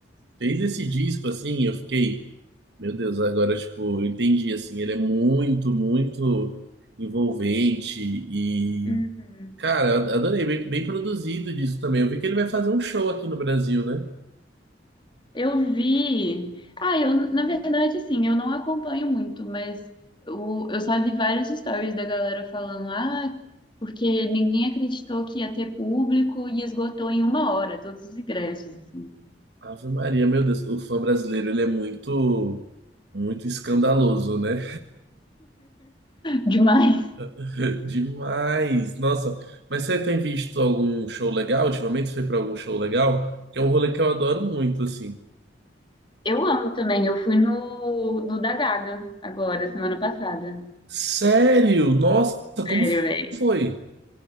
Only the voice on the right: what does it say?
fez esse disco, assim, eu fiquei. Meu Deus, agora, tipo, eu entendi, assim, ele é muito, muito envolvente e,
cara, eu adorei, bem, bem produzido disso também. Eu vi que ele vai fazer um show aqui no Brasil, né?
Ave Maria, meu Deus, o fã brasileiro, ele é muito, muito escandaloso, né?
<laughs> Demais! Nossa, mas você tem visto algum show legal? Ultimamente você foi pra algum show legal? Que é um rolê que eu adoro muito, assim.
Sério? Nossa,
como
foi?